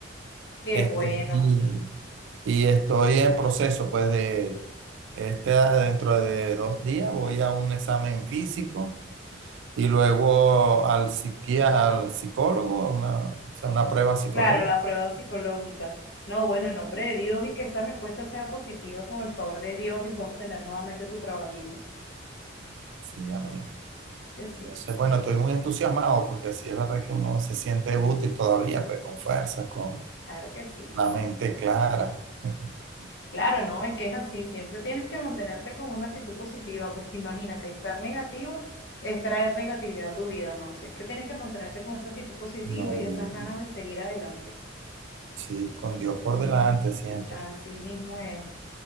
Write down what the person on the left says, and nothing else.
qué
bueno.
Claro, la prueba psicológica. No, bueno, en nombre de Dios y que esa respuesta sea positiva con el favor de Dios y puedas tener nuevamente tu trabajito.
Que sí,
claro que sí.
Claro, no, es que es así, siempre tienes que mantenerte con una actitud positiva, porque imagínate, estar negativo es traer negatividad a tu vida, ¿no? Siempre tienes que mantenerte con esa actitud positiva
y esas
ganas de seguir adelante.
Así mismo es.